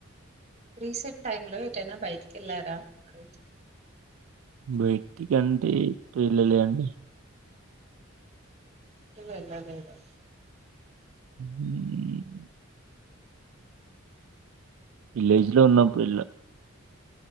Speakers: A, on the right; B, on the right.
A: రీసెంట్ టైమ్ లో ఏటైనా బయటికి వెళ్లారా అడుగుతు
B: బయటికంటే ఎటు వెళ్లలే అండి.
A: ఎటు వెళ్లలేదా.
B: ఉమ్ మ్ విలేజ్ లో ఉన్నప్పుడు వెళ్ల